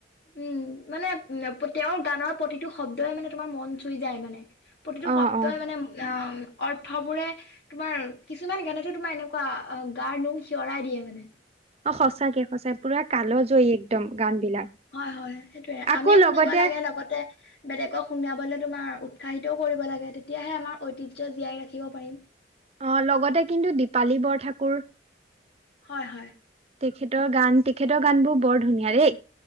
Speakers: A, on the left; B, on the right.
A: উম, মানে উ তেওঁৰ গানৰ প্ৰতিটো শব্দই মানে তোমাৰ মন চুই যায় মানে। প্ৰতিটো
B: অ
A: শব্দই
B: অ
A: মানে অৰ্থবোৰে। তোমাৰ কিছুমান গানটো তোমাৰ এনেকুৱা গাৰ নোম শিয়ৰাই দিয়ে মানে।
B: অ সঁচাকে সঁচা পুৰা কালজয় একদম গান বিলাক।
A: হয় হয়, সেইটোয়ে
B: আকৌ
A: আমিও শুনিব
B: লগতে
A: লাগে লগতে। বেলেগক সোমিয়াবলৈ তোমাৰ উৎসাহিতও কৰিব লাগে তেতিয়াহে আমাৰ ঐতিহ্য জীয়াই ৰাখিব পাৰিম।
B: অ' লগতে কিন্তু দীপালী বৰঠাকুৰ।
A: হয় হয়।
B: তেখেতৰ গান তেখেতৰ গান বোৰ বৰ ধুনীয়া দেই।